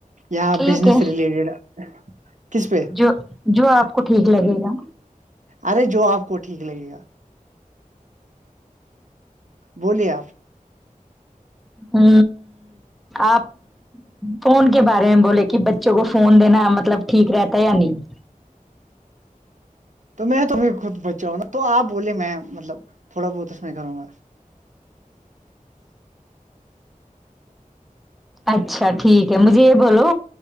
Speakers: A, on the right; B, in the centre.
A: یا
B: ٹھیک
A: بزنس
B: ہے
A: ریلیٹڈ کس پہ
B: جو جو آپ کو ٹھیک لگے گا
A: ارے جو آپ کو ٹھیک لگے گا بولیے آپ
B: ہوں آپ فون کے بارے میں بولے کہ بچوں کو فون دینا مطلب ٹھیک رہتا ہے یا نہیں
A: تو میں تو بھی خود بچہ ہو نا تو آپ بولے میں مطلب تھوڑا بہت اس میں کروں گا
B: اچھا ٹھیک ہے مجھے یہ بولو